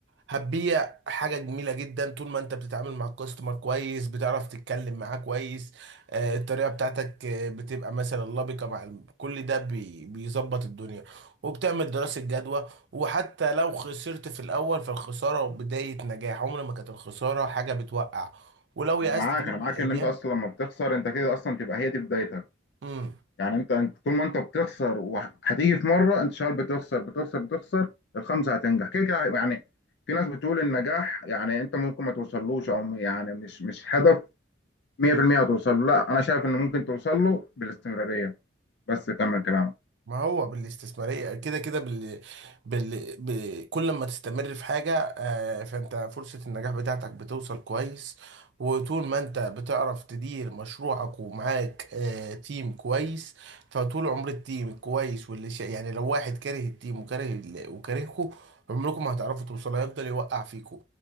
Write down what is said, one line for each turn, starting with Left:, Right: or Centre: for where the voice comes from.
Right: هتبيع حاجة جميلة جدا طول ما انت بتتعامل مع الكاستمر كويس بتعرف تتكلم معاه كويس آه، الطريقة بتاعتك آه، بتبقى مثلا لبقة مع الم- كل ده بي- بيظبط الدنيا وبتعمل دراسة جدوى وحتى لو خسرت في الأول فالخسارة بداية نجاح عمر ما كانت الخسارة حاجة بتوقع ولو
Left: انا
Right: يأست
Left: معاك
Right: في
Left: انا
Right: يوم
Left: معاك
Right: من الأيام
Left: ان انت اصلا لما بتخسر انت كده اصلا تبقى هي دي بدايتك
Right: امم
Left: يعني انت انت طول ما انت بتخسر وهتيجي في مره انت شغال بتخسر بتخسر بتخسر الخمسه هتنجح كده كده يعني في ناس بتقول النجاح يعني انت ممكن ما توصلوش او يعني مش مش هدف 100% هتوصل له لا انا شايف ان ممكن توصل له بالاستمراريه بس كمل كلامك
Right: ما هو بالاستثمارية كده كده بال... بال... ب... كل ما تستمر في حاجة آه، فانت فرصة النجاح بتاعتك بتوصل كويس وطول ما انت بتعرف تدير مشروعك ومعاك آه، تيم كويس فطول عمر التيم كويس واللي شا... يعني لو واحد كاره التيم وكاره ال... وكارهكوا عمركم ما هتعرفوا توصلوا هيفضل يوقع فيكوا